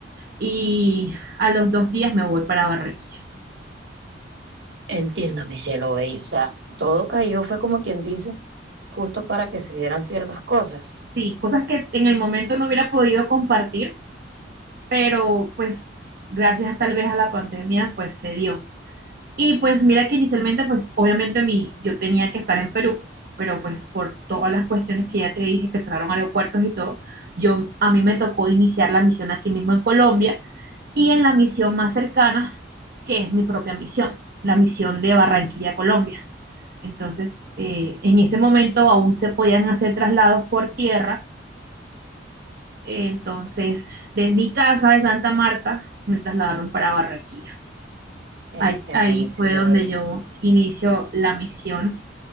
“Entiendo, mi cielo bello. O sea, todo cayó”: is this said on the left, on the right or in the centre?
Right